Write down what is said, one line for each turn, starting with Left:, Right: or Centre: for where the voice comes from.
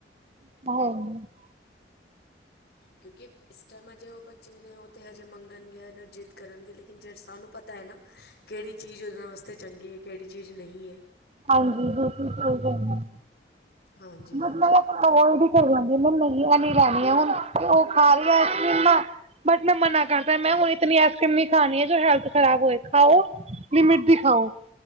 Right: ਅਹੁ
Left: ਕਿਉਂਕਿ, ਇਸ ਟਾਈਮ ਹਜੇ ਉਹ ਬੱਚੇ ਨੇ ਉਹ ਤੇ ਹਜੇ ਮੰਗਣਗੇ। ਜਿੱਦ ਕਰਨਗੇ ਲੇਕਿਨ ਜੇ ਸਾਨੂੰ, ਪਤਾਂ ਹੈ। ਹੈ ਨਾ ਕਿਹੜੀ ਚੀਜ਼ ਉਹਨਾ ਵਾਸਤੇ ਚੰਗੀ ਹੈ ਕਿਹੜੀ ਚੀਜ਼ ਨਹੀਂ ਹੈ।
Right: ਹਾਂਜੀ ਬਿਲਕੁਲ ਸਹੀ ਗੱਲ ਹੈ
Left: ਹਾਂਜੀ ਹਾਂਜੀ।
Right: ਮਤਲਬ ਓਹ ਅਵੋਇਢ ਕਰੀ ਜਾਂਦੀ ਮੈ ਨੀ ਲੈਣੀਆਂ ਹੁਣ ਤੇ ਉਹ ਖਾ ਰਹੀ ਆਈਸਕ੍ਰੀਮਾ। ਬਟ ਮੈਂ ਮਨਾ ਕਰਦਾ ਮੈਂ ਹੁਣ ਇਨੀ ਆਸਕਰ੍ਰੀਮ ਨਹੀ ਖਾਣੀ ਹੈ ਜੋ ਹੈਲਥ ਖਰਾਬ ਹੋਏ ਖਾਉ ਲਿਮਿਟ ਦੀ ਖਾਓ।